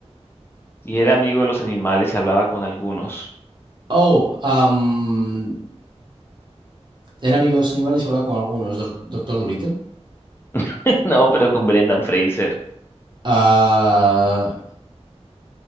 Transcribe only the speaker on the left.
y era amigo de los animales y hablaba con algunos.
<laughs> No, pero con Brendan Fraser.